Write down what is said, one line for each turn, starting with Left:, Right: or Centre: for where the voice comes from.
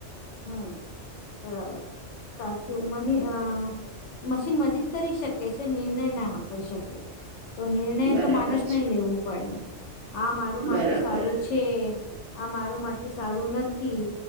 Left: હમ બરાબર સાચું મને અ મશીન મ જ કરી શકે છે નિર્ણય ના આપી શકે તો નિર્ણય
Right: બરાબર
Left: તો માણસ
Right: છે
Left: નહી લેવું પડે. હા મારું માટું
Right: બરાબર
Left: સારું છે. છે આ મારું માટે સારું નથી